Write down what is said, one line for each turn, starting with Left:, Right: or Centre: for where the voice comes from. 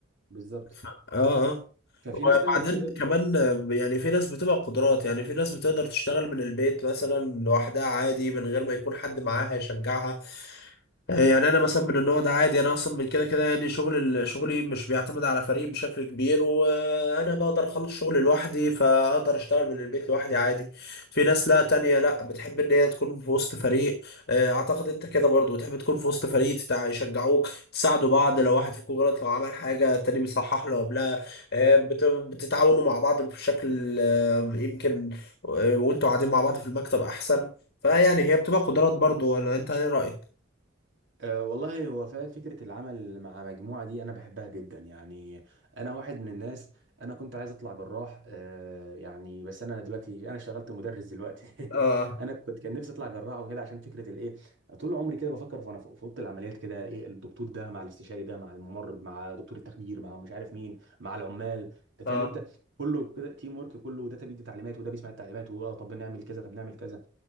Right: بالظبط
Left: اه اه
Right: ففي
Left: وبعدين
Right: ناس تانية بتحب
Left: كمان آه، يعني في ناس بتبقى قدرات يعني في ناس بتقدر تشتغل من البيت مثلا لوحدها عادي من غير ما يكون حد معاها يشجعها آه، يعني انا مثلا من النوع ده عادي انا اصلا من كده كده يعني شغل ال- شغلي مش بيعتمد على فريق بشكل كبير وانا بقدر اخلص شغلي لوحدي فاقدر اشتغل من البيت لوحدي عادي في ناس لا تانية لا بتحب ان هي تكون في وسط فريق آه، اعتقد انت كده برضو بتحب تكون في وسط فريق تتع- يشجعوك تساعدوا بعض لو واحد فيكم غلط لو عمل حاجة التاني بيصحح له قبلها آه، بت- بتتعاونوا مع بعض بشكل آه، يمكن آه، وانتوا قاعدين مع بعض في المكتب احسن فيعني هي بتبقى قدرات برضو ولا انت ايه رأيك؟
Right: أه والله هو فا- فكرة العمل مع مجموعة دي أنا بحبها جدا يعني أنا واحد من الناس أنا كنت عايز أطلع جراح أه يعني بس أنا دلوقتي أنا شغلت مدرس دلوقتي
Left: اه
Right: <laughs> أنا كنت كان نفسي أطلع جراح وكده عشان فكرة الإيه طول عمري كده بفكر في وأنا في في أوضة العمليات كده إيه الدكتور ده مع الاستشاري ده مع الممرض مع دكتور التخدير مع مش عارف مين مع العمال أنت
Left: اه
Right: فاهم أنت كله كده تيم ورك كله وده بيدي تعليمات وده بيسمع التعليمات وده طب نعمل كذا طب نعمل كذا